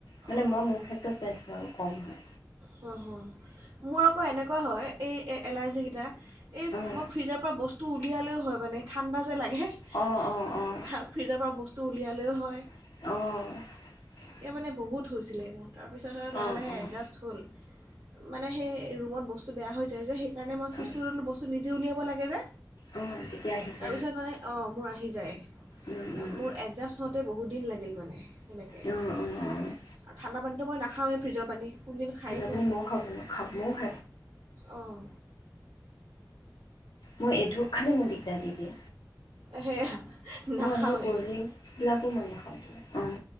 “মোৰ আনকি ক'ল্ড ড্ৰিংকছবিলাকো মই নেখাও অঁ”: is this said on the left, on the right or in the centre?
Left